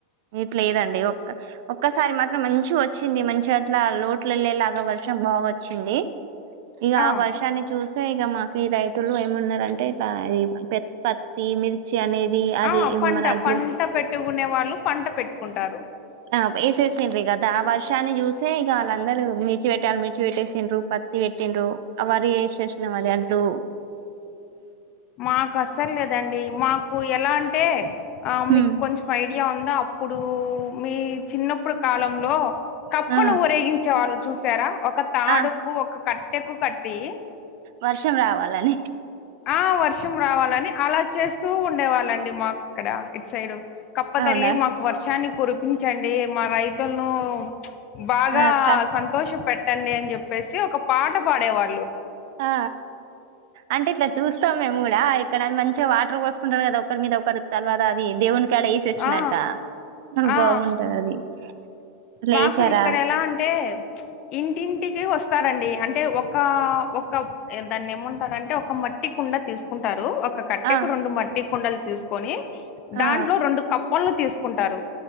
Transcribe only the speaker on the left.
ఆ
ఆ పంట
పంట పెట్టుకునే వాళ్ళు పంట పెట్టుకుంటారు
మాకస్సల్లేదండి మాకు ఎలా అంటే ఆ మీకు
కొంచం ఐడియా ఉందా అప్పుడూ మీ చిన్నప్పుడు కాలంలో కప్పను
ఊరేగించే వాళ్ళు చూసారా ఒక తాడుకు
ఒక కట్టెకు కట్టీ
ఆ వర్షం రావాలని అలా చేస్తూ వుండే వాళ్ళండి మాకిక్కడా ఇట్సైడు కప్పతల్లి
మాకు వర్షాన్ని కురిపించండి మా రైతుల్నూ బాగా
సంతోషపెట్టండి అన్జెప్పేసి ఒక పాట పాడేవాళ్ళు
ఆ ఆ
మాకు
ఇక్కడ ఎలా అంటే ఇంటింటి వస్తారండి అంటే ఒకా ఒక్క దాన్నెమంటారంటే ఒక మట్టి కుండా తీస్కుంటారు ఒక కట్టేకు
రెండు మట్టి కుండలు తీస్కొని
దాంట్లో రెండు కప్పలను తీస్కుంటారు